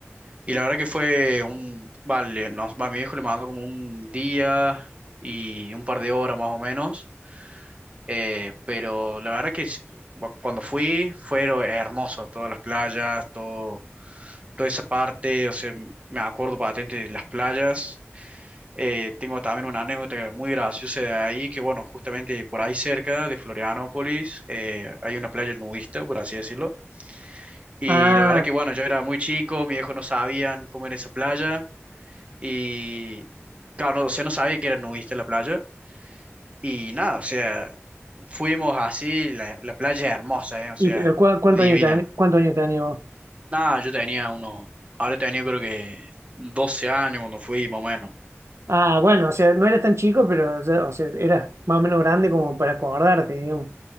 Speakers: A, on the right; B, on the right.
A: y la verdad que fue un, vale, nos, va, mi viejo le mandó como un día y un par de horas más o menos. Eh, pero la verdad que s- bu- cuando fui, fue hero- hermoso, todas las playas, todo, toda esa parte, o sea, m- me acuerdo patente de las playas. Eh, tengo también una anécdota muy graciosa de ahí, que bueno, justamente por ahí cerca de Florianópolis, eh, hay una playa nudista, por así decirlo. Y
B: Ah,
A: la verdad que bueno, yo era muy chico, mis viejos no sabían cómo era esa playa, y claro, no, o sea, no sabía que era nudista la playa. Y nada, o sea, fuimos así, la, la playa es hermosa, ¿eh? O
B: y
A: sea,
B: pero ¿cuá- cuánto
A: divina.
B: años tenía, cuánto años tenía vos?
A: Nada, yo tenía unos, ahora tenía creo que 12 años cuando fui, más o menos.
B: Ah, bueno, o sea, no eras tan chico, pero ya- o sea, eras más o menos grande como para acordarte, digamos.